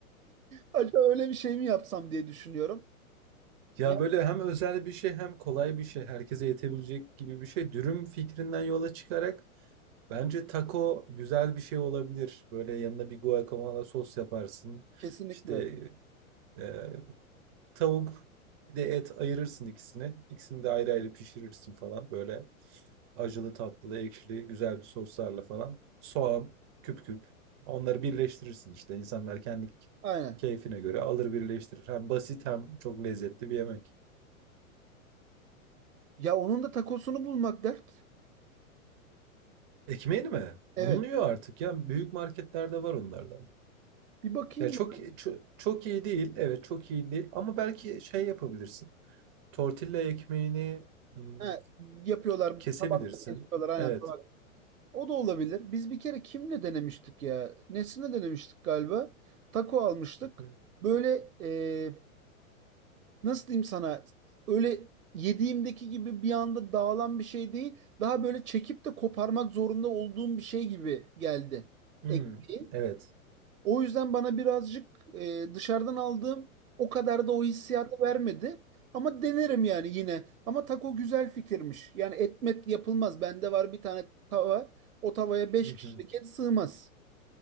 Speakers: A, on the right (about 85°); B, on the right (about 20°).
A: Acaba öyle bir şey mi yapsam diye düşünüyorum.
B: Ya
A: Ya
B: böyle hem özel bir şey hem kolay bir şey, herkese yetebilecek gibi bir şey. Dürüm fikrinden yola çıkarak bence taco güzel bir şey olabilir. Böyle yanına bir guacamole sos yaparsın.
A: kesinlikle.
B: İşte e, tavuk bir de et ayırırsın ikisini. İkisini de ayrı ayrı pişirirsin falan böyle. Acılı, tatlılı, ekşili, güzel bir soslarla falan. Soğan, küp küp. Onları birleştirirsin işte. İnsanlar kendi
A: Aynen.
B: keyfine göre alır birleştirir. Hem basit hem çok lezzetli bir yemek.
A: Ya onun da takosunu bulmak dert.
B: Ekmeğini mi?
A: Evet.
B: Bulunuyor artık ya. Büyük marketlerde var onlardan.
A: Bir bakayım.
B: Ya çok
A: bak-
B: çok, çok iyi değil. Evet çok iyi değil. Ama belki şey yapabilirsin. Tortilla ekmeğini hmm,
A: Ha, yapıyorlar.
B: kesebilirsin.
A: Tabakta kesiyorlar. Aynen
B: Evet.
A: tabak. O da olabilir. Biz bir kere kimle denemiştik ya? Nesine denemiştik galiba? Taco almıştık.
B: Hı hı.
A: Böyle e, nasıl diyeyim sana öyle yediğimdeki gibi bir anda dağılan bir şey değil. Daha böyle çekip de koparmak zorunda olduğum bir şey gibi geldi
B: Hmm,
A: ekmeği.
B: evet.
A: O yüzden bana birazcık e, dışarıdan aldığım o kadar da o hissiyatı vermedi. Ama denerim yani yine. Ama taco güzel fikirmiş. Yani etmet yapılmaz. Bende var bir tane tava. O tavaya beş
B: Hı
A: kişilik
B: hı.
A: et sığmaz.